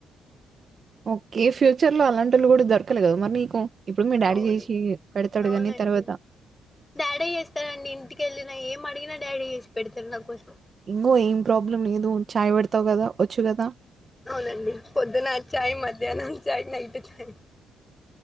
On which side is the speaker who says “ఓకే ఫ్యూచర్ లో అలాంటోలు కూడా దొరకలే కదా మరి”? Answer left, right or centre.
Right